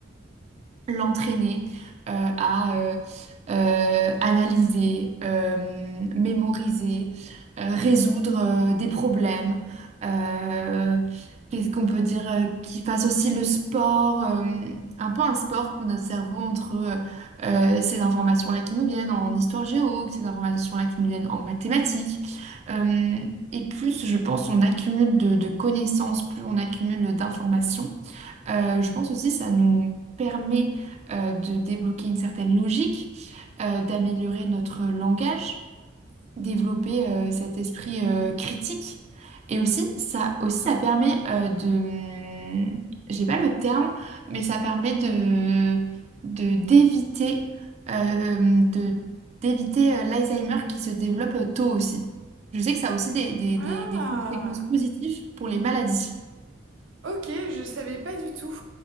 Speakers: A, on the right; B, on the right.
A: l'entraîner euh, à euh, euh, analyser, euh, mémoriser, euh, résoudre euh, des problèmes. euh, qu'est-ce qu'on peut dire euh, qu'il fasse aussi le sport, euh, un peu un sport pour notre cerveau entre euh, euh, ces informations-là qui nous viennent en histoire géo, ces informations-là qui nous viennent en mathématiques. Euh, et plus, je pense, on accumule de de connaissances, plus on accumule d'informations. Euh, je pense aussi que ça nous permet euh, de débloquer une certaine logique, euh, d'améliorer notre langage, développer euh, cet esprit euh, critique. Et aussi, ça, aussi, ça permet euh, de... hmm, J'ai pas le terme, mais ça permet de, de, d'éviter, euh, hmm, de, d'éviter euh, l'Alzheimer qui se développe euh, tôt aussi. Je sais que ça a aussi des, des,
B: Ah!
A: des, des conséquences positives pour les maladies.
B: Ok, je savais pas du tout.